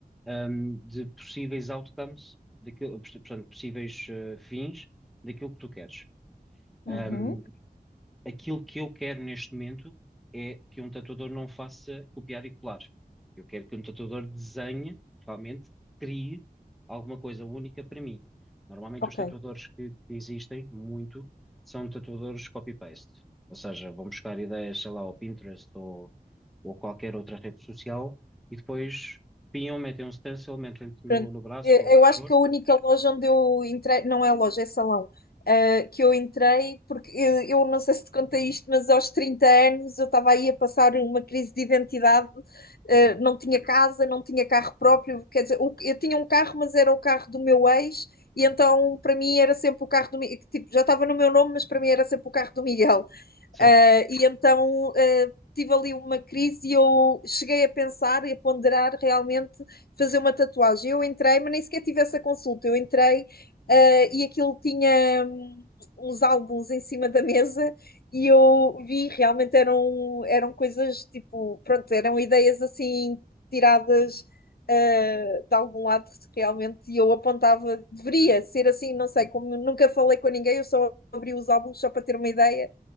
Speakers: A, in the centre; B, on the left (about 75°).
A: ahm, de possíveis outcomes, daquilo, portanto, possíveis eh, fins daquilo que tu queres.
B: uhum.
A: Ahm, aquilo que eu quero neste momento é que um tatuador não faça copiar e colar. Eu quero que um tatuador desenhe, realmente crie alguma coisa única para mim. Normalmente
B: Ok.
A: os tatuadores que, que existem muito são tatuadores copy-paste. Ou seja, vão buscar ideias, sei lá, ao Pinterest ou, ou qualquer outra rede social e depois pinham, metem um stencil, metem no,
B: Pronto.
A: no braço
B: Eh,
A: ou o
B: Eu
A: que
B: acho
A: for.
B: que a única loja onde eu entrei, não é loja, é salão, ah, que eu entrei, porque eh, eu, não sei se te contei isto, mas aos 30 anos eu estava aí a passar uma crise de identidade,
A: Uhum.
B: ah, não tinha casa, não tinha carro próprio, quer dizer, o- eu tinha um carro, mas era o carro do meu ex, e então para mim era sempre o carro do, Mi- tipo, já estava no meu nome, mas para mim era sempre o carro do Miguel.
A: Certo,
B: Uh, e então uh, tive ali uma crise e eu cheguei a pensar e a ponderar realmente fazer uma tatuagem. Eu entrei, mas nem sequer tive essa consulta. Eu entrei uh, e aquilo tinha hum, uns álbuns em cima da mesa e eu vi realmente eram, eram coisas tipo, pronto, eram ideias assim tiradas. Uh, de algum lado realmente e eu apontava, deveria ser assim, não sei, como nunca falei com ninguém, eu só abri os álbuns só para ter uma ideia